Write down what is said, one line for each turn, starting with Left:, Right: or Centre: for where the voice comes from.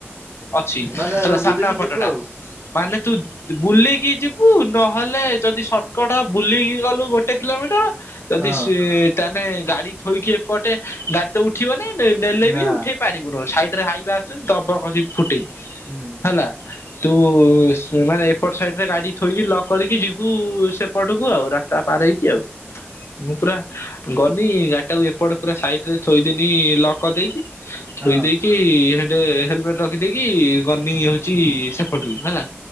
Left: ଅଛି
Right: ମାନେ
Left: ସାମ୍ନା
Right: ବୁଲିକି
Left: ପଟଟା
Right: ଯିବୁ ଆଉ।
Left: ମାନେ ତୁ ତୁ ବୁଲିକି ଯିବୁ ନହେଲେ ଯଦି ସଟକଟ୍ ବୁଲିକି ଗଲୁ ଗୋଟେ କିଲୋମିଟର। ଯଦି
Right: ହଁ
Left: ସିଏ ତାନେ ଗାଡ଼ି ଥୋଇକି ଏ ପଟେ ଗାଡ଼ି ତ ଉଠିବନେଇ। ଏ ନେଲେ
Right: ନା
Left: ବି ଉଠେଇ ପାରିବୁନଉ ସାଇଡରେ ହାଇବା ଆସୁଚନ୍ତି ଦବ ଖସି ଫୁଟେଇ।
Right: ହୁଁ।
Left: ହେଲା ତୁ ସ୍ ମାନେ ଏପଟ ସାଇଡରେ ଗାଡ଼ି ଥୋଇକି ଲକ୍ କରିକି ଯିବୁ ସେ ପଟୁକୁ ଆଉ ରାସ୍ତା ପାର ହେଇକି ଆଉ ମୁଁ ପୁରା ଗନି ଗାଡିଟାକୁ ଏପଟ ପୁରା ସାଇଟରେ ଥୋଇଦେନି ଲକ୍ କରିଦେଇକି ଥୋଇ
Right: ହଁ
Left: ଦେଇକି ଇ ହେଟେ ହେଲମେଟ ରଖିଦେଇକି ଗନି ହଉଚି ସେପଟକୁ ହେଲା।